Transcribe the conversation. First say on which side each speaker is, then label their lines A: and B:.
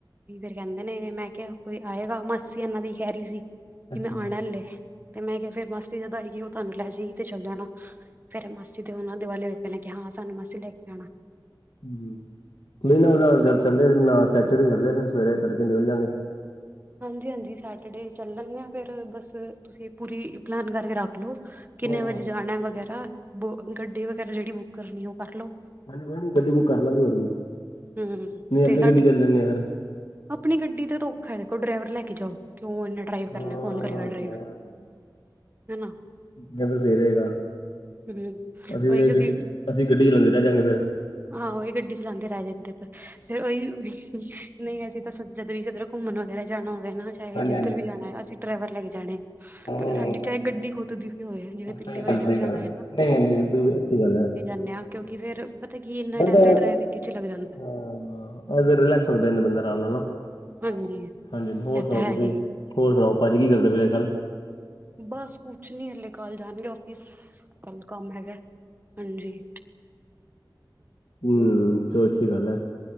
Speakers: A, on the right (about 25°); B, on the left (about 85°).
A: ਫਿਰ ਕਹਿੰਦੇ ਨੇ ਮੈਂ ਕਿਹਾ ਕੋਈ ਆਏਗਾ ਮਾਸੀ ਇਹਨਾਂ ਦੀ ਖਹਿ ਰਹੀ ਸੀ ਕਿ
B: ਅੱਛਾ,
A: ਮੈਂ ਆਣਾ
B: ਹੂੰ-ਹੂੰ,
A: ਅੱਲੇ ਤੇ ਮੈਂ ਕਿਹਾ ਫਿਰ ਮਾਸੀ ਜਦਾਂ ਸੀਗੀ ਉਹ ਤੁਹਾਨੂੰ ਲੈ ਜਾਏਗੀ ਤੇ ਚੱਲ ਜਾਣਾ ਫਿਰ ਮਾਸੀ ਦੇ ਉਹਨਾਂ ਦੀਵਾਲੇ ਪਹਿ ਨੇ ਕਿ ਹਾਂ ਸਾਨੂੰ ਮਾਸੀ ਲੈ ਕੇ ਆਉਣਾ
B: ਹੂ ਹੂ ਨਹੀਂ ਨਾ ਨਾਲ ਚੱਲੇ ਨਾ ਸੈਚੜੇ ਚੱਲੇ ਫਿਰ ਸਵੇਰੇ ਤੜਕੇ ਨਿਕਲ ਜਾਂਗੇ।
A: ਹਾਂਜੀ, ਹਾਂਜੀ ਸੈਚੜੇ ਚੱਲ ਲੈਂਦੇ ਹਾਂ ਫਿਰ ਬਸ ਤੁਸੀਂ ਪੂਰੀ ਪਲੈਨ ਕਰਕੇ ਰੱਖ ਲਓ। ਕਿੰਨੇ
B: ਹਾਂ।
A: ਵਜੇ ਜਾਣਾ ਵਗੈਰਾ ਬ ਗੱਡੀ ਵਗੈਰਾ ਜਿਹੜੀ ਬੁੱਕ ਕਰਨੀ ਉਹ ਕਰ ਲੋ
B: ਹਾਂਜੀ ਹੋਰ ਕੋਈ ਨੀ ਗੱਡੀ ਬੁੱਕ ਕਰ ਲਾਂਗੇ ਹੋਰ ਕਿ
A: ਹਮ
B: ਨਹੀਂ
A: ਤੇ
B: ਆਪਣੀ
A: ਤੁਹਾਡੀ
B: ਗੱਡੀ ਚੱਲ ਜਾਂਦੇ ਆ
A: ਆਪਣੀ ਗੱਡੀ ਦਾ ਤੇ ਔਖਾ ਦੇਖੋ ਡਰਾਈਵਰ ਲੈ ਕੇ ਜਾਓ ਕਿਉਂ ਇੰਨੇ ਡਰਾਈਵ ਕਰਨਾ
B: ਹਾਂ
A: ਕੌਣ ਕਰੇਗਾ ਡਰਾਈਵ
B: ਸਹੀ ਗੱਲ ਹੈ।
A: ਹੈਨਾ
B: ਇਹ ਫਿਰ ਸਹੀ ਰਹੇਗਾ
A: ਹੂ
B: ਅਸੀਂ
A: ਉਹੀ
B: ਫਿਰ
A: ਕਿਉਂਕਿ
B: ਗੱਡੀ ਅਸੀਂ ਗੱਡੀ ਚਲਾਉਂਦੇ ਰਹਿ ਜਾਂਗੇ ਫਿਰ।
A: ਆਹੋ ਉਹੀ ਗੱਡੀ ਚਲਾਉਂਦੇ ਰਹਿ ਜਾਂਦੇ ਫਿਰ ਉਹੀ ਨਹੀਂ ਅਸੀਂ ਤਾਂ ਜਦ ਵੀ ਕਿਧਰ ਘੁੰਮਣ ਵਗੈਰਾ ਜਾਣਾ ਹੋਵੇ ਨਾ ਚਾਹੇ
B: ਹਾਂਜੀ
A: ਜਿੱਧਰ
B: ਹਾਂਜੀ
A: ਵੀ ਜਾਣਾ ਅਸੀਂ ਡਰਾਈਵਰ ਲੈ ਕੇ ਜਾਣਾ।
B: ਹੂੰ
A: ਸਾਡੀ ਚਾਹੇ ਗੱਡੀ ਖੁਦ ਦੀ ਹੋਏ ਜਿਵੇਂ
B: ਸਹੀ
A: ਦਿੱਲੀ ਵਗੈਰਾ
B: ਗੱਲ ਸਹੀ
A: ਵੀ ਜਾਣਾ
B: ਗੱਲ।
A: ਹੈਨਾ
B: ਨਹੀਂ, ਬਿਲਕੁਲ ਅੱਛੀ ਗੱਲ ਹੈ।
A: ਨਆ ਕਿਉਂਕਿ ਫਿਰ ਪਤਾ ਕੀ ਇੰਨਾ
B: ਬੰਦਾ
A: ਟਾਈਮ ਦਾ ਡਰਾਈਵਿੰਗ ਵਿੱਚ ਲੱਗ ਜਾਂਦਾ।
B: ਹਾਂ ਅ ਰਿਲੈਕਸ ਹੋ ਜਾਂਦਾ ਬੰਦਾ ਆਰਾਮ ਨਾਲ ਨਾ
A: ਹਾਂਜੀ।
B: ਹਾਂਜੀ, ਹਾਂਜੀ ਹੋਰ
A: ਇਹ
B: ਸੁਣਾਓ
A: ਤਾਂ ਹੈ
B: ਤੁਸੀਂ
A: ਹੀ
B: ਹੋਰ ਸੁਣਾਓ ਭਾਜੀ ਕੀ ਕਰਦੇ ਪੇ ਕੱਲ
A: ਬਸ ਕੁਛ ਨੀ ਹਲੇ ਕੱਲ ਜਾਣਗੇ ਆਫਿਸ ਕੱਲ ਕੰਮ ਹੈਗਾ ਹਾਂਜੀ਼।
B: ਹੂ ਚਲੋ ਅੱਛੀ ਗੱਲ ਹੈ